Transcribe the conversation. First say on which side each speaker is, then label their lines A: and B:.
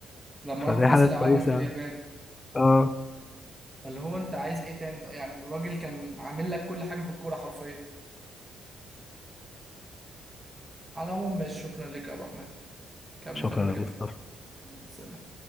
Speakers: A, on the right; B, on the left.
A: لما
B: فدي
A: راحوا كاس
B: حاجه
A: العالم
B: كويسه
A: في
B: يعني
A: اليابان
B: اه
A: فاللي هو انت عايز ايه تاني يعني الراجل كان عامل لك كل حاجه في الكوره حرفيا على العموم ماشي شكرا لك يا عبد الرحمن كان
B: شكرا
A: مكالمه جميله
B: يا مصطفى
A: سلام